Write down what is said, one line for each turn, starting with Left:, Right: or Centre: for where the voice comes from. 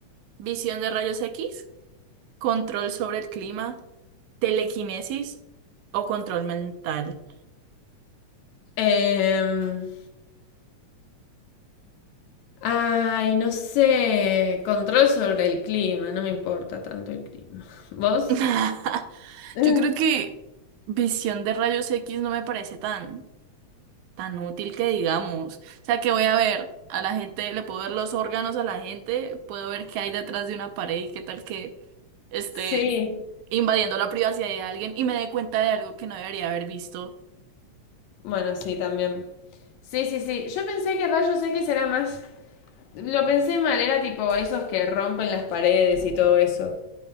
Right: ¿Visión de rayos X? ¿Control sobre el clima? ¿Telequinesis? ¿O control mental?
Left: Em, Ay, no sé, control sobre el clima, no me importa tanto el clima. ¿Vos?
Right: <laughs>
Left: <laughs>
Right: Yo creo que visión de rayos X no me parece tan... tan útil que digamos. O sea, que voy a ver a la gente, le puedo ver los órganos a la gente, puedo ver qué hay detrás de una pared y qué tal que esté
Left: Sí.
Right: invadiendo la privacidad de alguien y me dé cuenta de algo que no debería haber visto,
Left: Bueno, sí, también. Sí, sí, sí. Yo pensé que rayos X era más. Lo pensé mal, era tipo esos que rompen las paredes y todo eso.